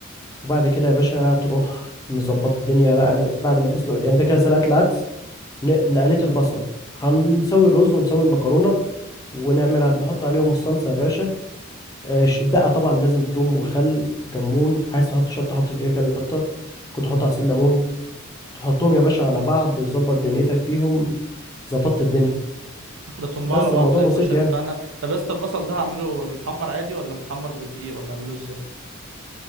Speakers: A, on the left; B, on the right.
A: وبعد كده يا باشا هتروح مظبط الدنيا بقى ن- بعد ما تسلق يعني انت كده سلقت العدس ن- نقلت البصل هنسوي الرز ونسوي المكرونة ونعمل على- نحط عليهم الصلصة يا باشا آه، ش- الدقة طبعا لازم توم وخل وكمون عايز تحط شطة حط كده كده شطة كنت تحط عصير ليمون تحطهم يا باشا على بعض تظبط دنيتك فيهم ظبطت الدنيا
B: اخلطهم
A: بس
B: بقى على بعض
A: الموضوع
B: زي
A: بسيط
B: الكشري
A: يعني
B: بتاعنا طب يا اسطى البصل ده هعمله متحمر عادي ولا متحمر بدقيق ولا اعمله ازاي